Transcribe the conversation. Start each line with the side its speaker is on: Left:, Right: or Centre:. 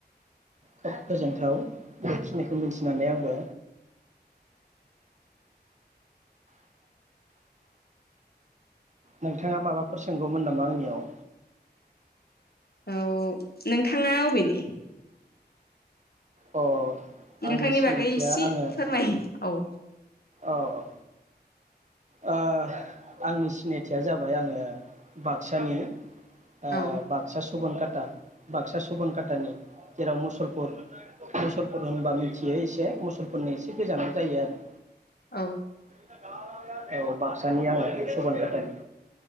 Right: खोब गोजोनथाव बेखिनिखौ मिथिनानै आंबो। नोंथाङा माबाफोर सोंगौमोन नामा आंनियाव?
Left: औ नोंथाङा अबेनि?
Right: अ।
Left: नोंथांनि
Right: आंनि सिनायथिया
Left: बागै एसे
Right: आङो
Left: फोरमायो। औ
Right: औ औ। ओ आंनि सिनायथिया जाबाय आङो बाक्सानि। ओ
Left: औ
Right: बाक्सा सुबन काटा बाक्सा सुबन काटानि जेराव मुसलपुर मुसलपुर होनबा मिथियो एसे मुसलपुरनि एसे गोजानाव जायो आरो
Left: औ
Right: <inaudible> औ बाक्सानि आङो सुबनकाटानि